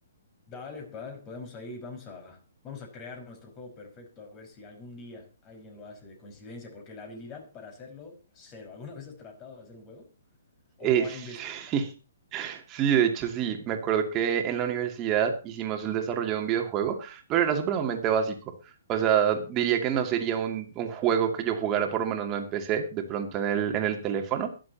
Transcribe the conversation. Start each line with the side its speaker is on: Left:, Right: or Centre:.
Left: Dale, vale, podemos ahí, vamos a, vamos a crear nuestro juego perfecto, a ver si algún día alguien lo hace de coincidencia, porque la habilidad para hacerlo, cero. ¿Alguna vez has tratado de hacer un juego? ¿O,
Right: Eh,
Left: o a
Right: <laughs>
Left: investigar?
Right: sí, Sí, de hecho sí, me acuerdo que en la universidad hicimos el desarrollo de un videojuego, pero era supremamente básico. O sea, diría que no sería un, un juego que yo jugara, por lo menos no empecé, de pronto en el, en el teléfono,